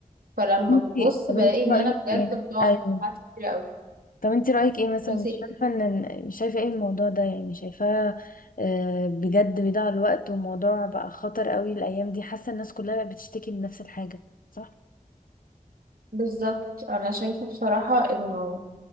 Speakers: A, on the right; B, on the left.
A: فلما
B: طب انتي
A: ببص
B: طب
A: بلاقي
B: انتي
A: ان
B: رأيك
A: انا بجد
B: ايه؟
A: بقعد
B: ايوه
A: ساعات كتير قوي
B: طب انت رأيك ايه مثلا
A: قلت
B: مش
A: إيه؟
B: شايفة ان إن- شايفة ايه الموضوع ده يعني شايفاه آه، بجد بيضيع الوقت وموضوع بقى خطر قوي الايام دي حاسة الناس كلها بقت بتشتكي من نفس الحاجة صح
A: بالظبط انا شايفة بصراحة انه